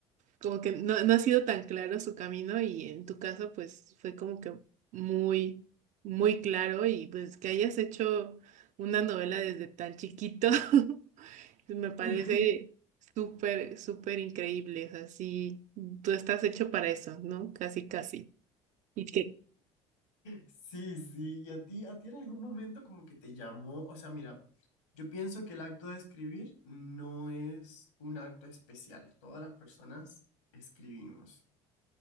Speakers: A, on the right; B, on the left.
A: como que no, no ha sido tan claro su camino y en tu caso pues fue como que muy, muy claro y pues que hayas hecho una novela desde tan chiquito, <laughs> me parece
B: <laughs>
A: súper, súper increíble, o sea, sí, tú estás hecho para eso, ¿no? Casi, casi. Y que
B: Sí, sí, y a ti, a ti en algún momento como que te llamó, o sea, mira, yo pienso que el acto de escribir no es un acto especial, todas las personas escribimos,